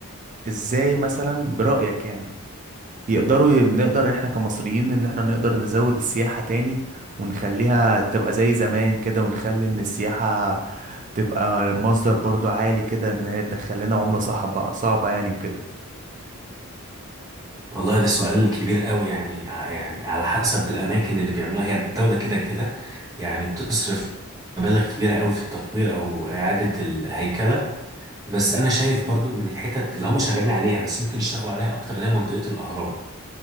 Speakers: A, on the right (about 35°); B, on the right (about 15°).
A: ازاي مثلا برأيك يعني يقدروا ي- نقدر احنا كمصريين ان احنا نقدر نزود السياحة تاني ونخليها تبقى زي زمان كده ونخلي ان السياحة تبقى مصدر برضو عالي كده ان هي تدخل لنا عملة صعبة صعبة يعني وكده
B: والله ده سؤال كبير قوي يعني ع- يعني على حسب الاماكن اللي بيعملوها هي الدوله كده كده يعني بتصرف مبالغ كبيره قوي في التطوير او اعاده الهيكله بس انا شايف برضو من الحتت اللي هم شغالين عليها بس ممكن يشتغلوا عليها اكتر اللي هي منطقه الاهرام